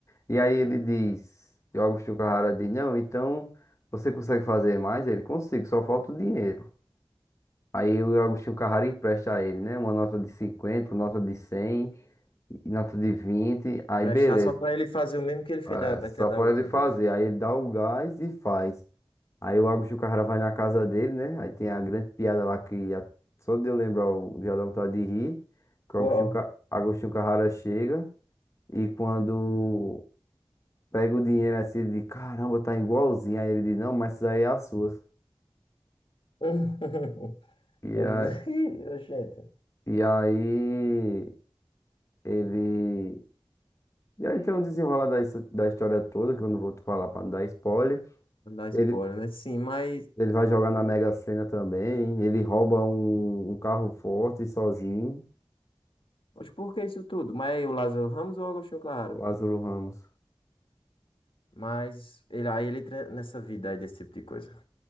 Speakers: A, on the left (about 30°); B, on the left (about 65°).
A: E aí ele diz, e o Agostinho Carrara diz, não, então você consegue fazer mais? Ele, consigo, só falta o dinheiro. Aí o Agostinho Carrara empresta a ele, né? Uma nota de 50, nota de 100, e nota de 20, Aí
B: Prestar
A: beleza.
B: só pra ele fazer o mesmo que ele fez
A: É,
B: da, daquela
A: só pra
B: da outra
A: ele fazer.
B: vez.
A: Aí ele dá o gás e faz. Aí o Agostinho Carrara vai na casa dele, né? Aí tem a grande piada lá que a- só de eu lembrar eu já dá vontade de rir. Que o
B: Uau.
A: Agostinho, Ca- Agostinho Carrara chega e quando pega o dinheiro assim, ele diz: Caramba, tá igualzinho. Aí ele diz: Não, mas isso aí é as suas.
B: <laughs>
A: E,
B: Vamos
A: a-
B: aí, <laughs> gente.
A: e aí ele. E aí tem o desenrola da, his- da história toda, que eu não vou te falar pra não dar spoiler.
B: Não dá spoiler,
A: Ele,
B: né? Sim, mas...
A: ele vai jogar na Mega Sena também. Ele rouba um, um carro forte sozinho,
B: Mas por que isso tudo? Mas é o Lázaro Ramos ou o Agostinho Carrara?
A: o Lázaro Ramos.
B: Mas ele, aí ele entra nessa vida aí desse tipo de coisa.